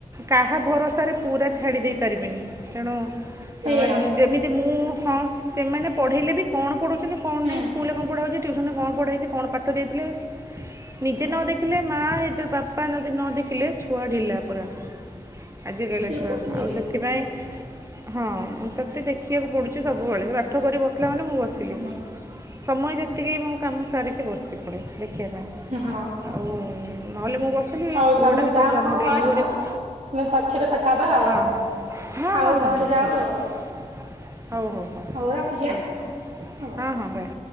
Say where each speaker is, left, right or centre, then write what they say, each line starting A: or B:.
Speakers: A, on the right (about 20°); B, on the right (about 60°).
A: କାହା ଭରସାରେ ପୁରା ଛାଡ଼ି ଦେଇ ପାରିବିନି ତେଣୁ ମାନ
B: ସେଇଆ
A: ଯେମିତି ମୁଁ ହଁ ସେମାନେ ପଢ଼େଇଲେ ବି କଣ ପଢ଼ୁଛନ୍ତି କଣ
B: ହୁଁ
A: ନାହିଁ ସ୍କୁଲରେ କଣ ପଢ଼ା ହୋଉଛି ଟ୍ୟୁସନରେ କଣ ପଢ଼ାଇଛି କଣ ପାଠ ଦେଇଥିଲେ ନିଜେ ନ ଦେଖିଲେ ମା ଆଇଦ୍ର ବାପା ଯଦି ନ ଦେଖିଲେ ଛୁଆ ଢିଲା ପୁରା। ଆଜି କାଲି
B: ସିଏ
A: ଛୁଆ
B: ପୁରା ବୁଲିବେ
A: ଆଉ ସେଥି ସେଥିପାଇଁ ହଁ ତୋତେ ଦେଖିବାକୁ ପଡୁଛି ସବୁବେଳେ ପାଠ କରି ବସ ବସିଲା ମାନେ ମୁଁ ବସିଲି
B: ହୁଁ
A: ସମୟ ଯେତିକି ମୋ କାମ ସାରିକି ବସି ପଡ଼େ ଦେଖିବା ପାଇଁ।
B: ହଁ
A: ଆଉ ନହେଲେ ମୁଁ ବସିଥିଲି
B: ହଉ
A: ଏଇ ପୁଅଟା
B: ତମେ
A: ଯେତେବେଳେ
B: ଯାଅ
A: ଜନ୍ମ
B: କଣ
A: ଡେଲିଭରି
B: କର
A: ପାଖ
B: ଆମେ ପଛରେ କଥା ହବା ଆଉ
A: ହଁ ହଁ
B: ଆଉ
A: ହଁ ହଁ
B: ଅଧଘଣ୍ଟେ
A: ହଁ ହଁ
B: ଯାଉ
A: ଠିକ
B: ଆଉ
A: ଅଛି ହଉ ହଉ।
B: ହଉ ରଖୁଛି
A: ବାଏ
B: ଆଁ ହଉ।
A: ହଁ ହଁ ବାଏ।